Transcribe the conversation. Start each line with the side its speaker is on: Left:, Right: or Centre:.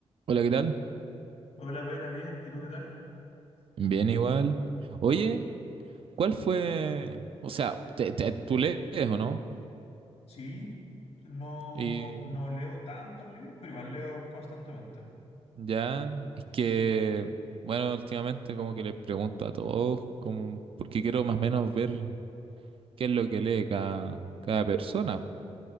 Right: Hola, ¿qué tal?
Left: Hola, buena, bien. ¿Y tú qué tal?
Right: Bien, igual. Oye, ¿cuál fue? O sea, te- te- tú lees o no?
Left: Sí, no,
Right: Y
Left: no leo tantos libros, pero igual leo constantemente.
Right: ya, es que, bueno, últimamente como que le pregunto a todos, como, porque quiero más o menos ver qué es lo que lee cada, cada persona.